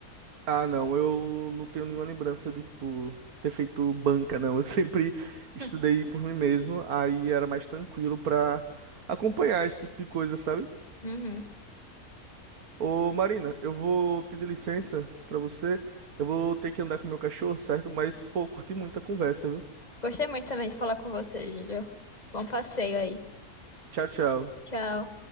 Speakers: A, on the right (about 80°); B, on the left (about 30°).
A: Ah, não, eu não tenho nenhuma lembrança de, tipo, ter feito banca, não. Eu <laughs> sempre estudei
B: <laughs>
A: por mim mesmo, aí era mais tranquilo pra acompanhar esse tipo de coisa, sabe?
B: Uhum.
A: Ô Marina, eu vou pedir licença pra você. Eu vou ter que andar com meu cachorro, certo? Mas, pô, curti muito a conversa, viu?
B: Gostei muito também de falar com você, Júlio. Bom passeio aí.
A: Tchau, tchau.
B: Tchau.